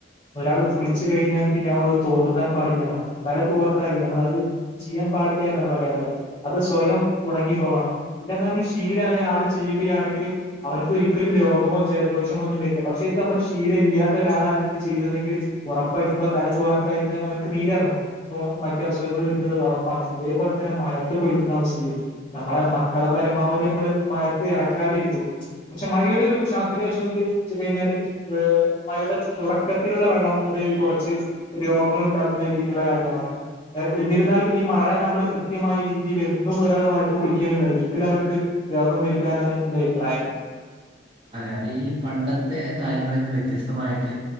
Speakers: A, on the left; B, on the right.
A: ഒരാള് കുളിച്ചു കഴിഞ്ഞാൽ പിന്നെ ആ അത് തോർത്താൻ പാടില്ല എന്ന തല തോർത്താ <unintelligible> നമ്മൾ അത് ചെയ്യാൻ പാടില്ല എന്നാണ് പറയാറുള്ളത് അത് സ്വയം ഉണങ്ങിപ്പോകണം ഇതങ്ങോനും ശിലായി ആള് ചെയ്യുകയാണെങ്കില് അവർക്ക് ഒരിക്കലും രോഗമോ ജലദോഷമോ ഒന്നും വരില്ല പക്ഷേ ഇത് നമ്മൾ ശീലം ഇല്ലാത്ത ഒരാളാണ് ഇത് ചെയ്യുന്നതെങ്കിൽ ഉറപ്പായിട്ടുമ്പൊ തല തർത്തായിന്ന് അവനക്ക് നീരിറങ്ങും മറ്റ അസുഖങ്ങൾ വരുന്നത് ഉറപ്പാണ് ഇതേപോലെ തന്നെ മഴത്ത കുളിക്കുന്ന അവസ്ഥയും. നമ്മളെ മക്കളെ പരമാവധി നമ്മള് മഴയത്ത് ഇറക്കാതിരിക്കും പക്ഷെ മഴയുടെ ശാസ്ത്രീയ വ കഴിഞ്ഞാല് മഴയുടെ തുടക്കത്തിലുള്ള വെള്ളം അത് കുറച്ച് രോഗങ്ങള ഉണ്ടാക്കുന്ന രീതിയിലുള്ള കാര്യമാണ് പറ എന്നിരുന്നാലും ഈ മഴ നമ്മൾ കൃത്യമായ രീതിയിൽ എന്തും ഒരാൾ മഴത്ത് കുടിക്കാനില്ല ഒരിക്കല അവനക്ക് രോഗം വരില്ല എന്നാണ് എന്റെ അഭിപ്രായം
B: അതെ അതെ ഈ പണ്ടത്തെ കാര്യങ്ങള നിന്ന് വ്യത്യസ്തമായിട്ട്